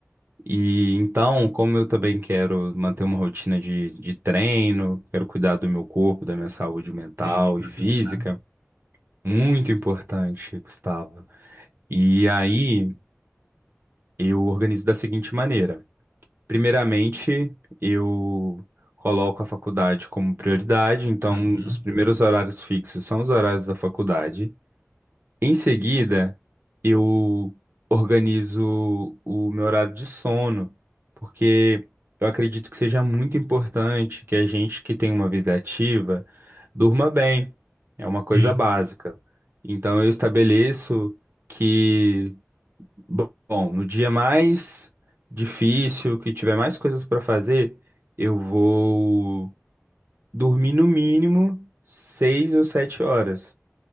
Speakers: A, on the right (about 45°); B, on the right (about 85°).
A: E então, como eu também quero manter uma rotina de, de treino, quero cuidar do meu corpo, da minha saúde mental
B: Sim, importante,
A: e física,
B: né?
A: muito importante, Gustavo. E aí, eu organizo da seguinte maneira. Primeiramente, eu coloco a faculdade como prioridade, então
B: Uhum.
A: os primeiros horários fixos são os horários da faculdade. Em seguida, eu organizo o meu horário de sono, porque eu acredito que seja muito importante que a gente que tem uma vida ativa durma bem. É uma coisa
B: Sim,
A: básica. Então eu estabeleço que Bom, no dia mais difícil, que tiver mais coisas para fazer, eu vou dormir no mínimo seis ou sete horas.